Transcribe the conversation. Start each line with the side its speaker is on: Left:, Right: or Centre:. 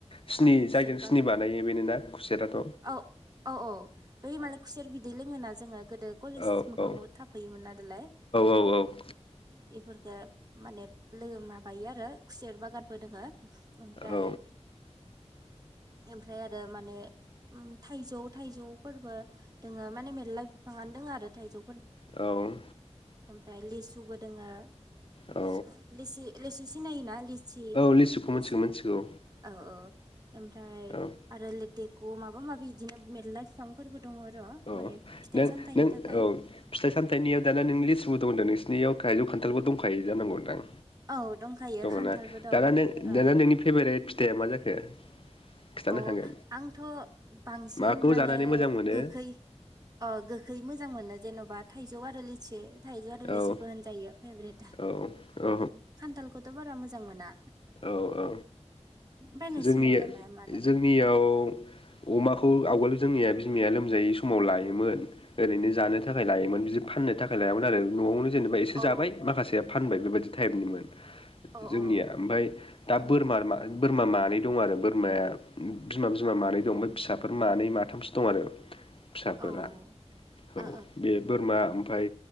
Left: सिनि
Right: औ खुसेर
Left: जायजों
Right: बागान
Left: सिनि बानायो बेनो ना खुसेराथ'
Right: औ औ औ बै मालाय खुसेर बिदै लोङोना जोङो गोदो कलेज
Left: औ
Right: मोखाङाव
Left: औ
Right: थाफैयोमोनना दालाय।
Left: औ औ।
Right: बेफोरखो माने लोगो माबायो आरो खुसेर बागानबो दोङो। ओमफ्राय
Left: औ
Right: ओमफ्राय आरो माने ओम थाइजौ थाइजौफोरबो दोङो माने मेरला बिफांआनो दङ आरो थाइजौ
Left: औ।
Right: ओमफ्राय लिसुबो दोङो।
Left: औ
Right: लिसु लिसि लेसु सिनायोना लिस सि
Left: औ लिसुखौ
Right: लिसि
Left: मिथिगौ
Right: औ
Left: मिथिगौ
Right: औ ओमफ्राय
Left: औ
Right: आरो ल बेखौ माबा माबि बिदिनो मेरला बिफांफोरबो दङ र'
Left: औ
Right: माने फिथाइ
Left: नों
Right: सामथाइनि
Left: नों
Right: थाखाय
Left: औ फिथाइ सामथनियाव दाना नों लिसु ब दं होनदों नोंसिनियाव थाइजौ खान्थालबो दंखायो जानांगौ होनदां
Right: औ दंखायो
Left: दङ
Right: खान्थालबो
Left: ना
Right: दं
Left: दाना नों
Right: ओ
Left: दाना नोंनि फेभारेट दे मा जाखो खिन्थानो
Right: अ
Left: हागोन
Right: आंथ' बांसिन
Left: माखौ
Right: माने
Left: जानानै मोजां मोनो
Right: गोखै अ गोखै मोजां मोनो जेन'बा थाइजौ आरो लिसि थाइजौ आरो लेसुखौ
Left: औ
Right: होनजायो। फेब्रथ
Left: औ औ
Right: उम खान्थाल थ' बारा मोजां मोना।
Left: औ औ
Right: बे नसिनि
Left: जोंनि
Right: उलाय माया मा
Left: जोंनियाव
Right: अ
Left: अमाखौ आवगोल जोंनिया बिमाया लोमजायै समाव लायोमोन। ओरैनो जानो थाखाय लायोमोन बिदि फाननो थाखाय लायामोन आरो न'आवनो जेनेबा एसे
Right: औ
Left: जाबाय माखासे फानबाय बेबायदि टाइपनिमोन।
Right: औ
Left: जोंनिया
Right: औ
Left: ओमफ्राय दा
Right: औ
Left: बोरमा मा बोरमा मानै दं आरो बोरमाया बिमा बिमा मानै दं ओमफ्राय फिसाफोर मानै माथामसो दं आरो। फिसाफोरा
Right: ओ
Left: औ
Right: ओ
Left: बे बोरमा ओमफ्राय